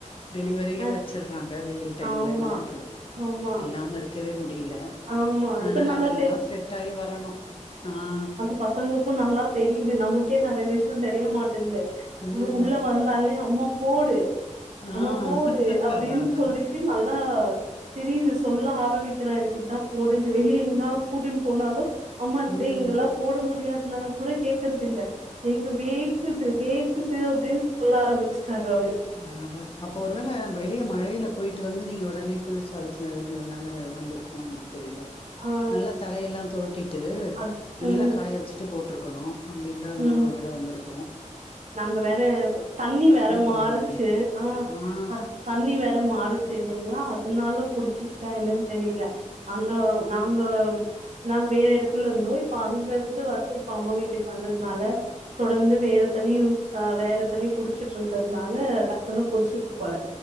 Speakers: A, on the left (about 45°); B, on the right (about 65°).
A: டெலிவரியிலயே
B: அ
A: வச்சறாங்க வெயில் டைம்ல
B: ஆமா
A: என்ன பண்றது
B: ஆமா
A: இல்லாம இருக்க <unintelligible> டியல
B: ஆமா
A: அதனால
B: இப்ப நல்லா
A: அதெல்லா செட்டாயி வரணு ஆஹ்
B: அது பசங்களுக்கு நல்லா தெரியுது நமக்கே நெறைய விஷ் அதா தெரிய மாட்டேன்து
A: ம்
B: உ உள்ள வந்தாலே அம்மா போடு ஆமா
A: ஆ
B: போகுது அப்டின்னு
A: அதா அதா
B: சொல்லிட்டு நல்லா தெரியுது சொல்ல வார்த் காமிக்கிறா எனக்கு இதா போடுன் வெளிய எங்கனா கூட்டுன்னு போனாலு அம்மா
A: ம்
B: டி போட முடியாதுனா கூட கேக்குறது இல்ல இங்க வேக்குது வேக்குது அப்டின்னு சொல்ல ஆரம்பிச்சுட்டாரு அவரு
A: ஆஹ் அதான் அப்ப ஒருவேள வெளிய மழைல போயிட் ட்டு வந்து நீங்க உடனே குளிர்சாதனத்துல இருந்தர்றதுனால வந்திருக்குமோ என்னவோ தெரியல
B: ஆ
A: நல்லா தலையெல்லா தொவட்டிட்டு
B: அத்
A: நல்லா
B: ம்
A: காய வச்சுட்டு போட்ரு ருக்கணு அப்டி இல்லாதனால
B: ம்
A: ஒரு வேள வந்துருக்கு
B: நாங்க வேற தண்ணி வேற
A: போட்லாமே
B: மாறுச்சு ஆஹ்
A: ஆ
B: அ தண்ணி வேற மாறுச்சு இல்லைங்களா அதனால புடிச்சிக்ச்சா என்னன்னு தெரியல அங்க நாங்க நாங்க வேற எடத்துல இருந்தோ இப் ப்ப அங்க இருந்து வந்து அம்மா வீட்டுக்கு வந்ததுனால தொடர்ந்து வேல தண்ணி யூஸ் ஆஹ் வேற தண்ணி குடிச்சிட்டு இருக்கறதுனால டக்குன்னு புடிச்சிக்ச்சு போல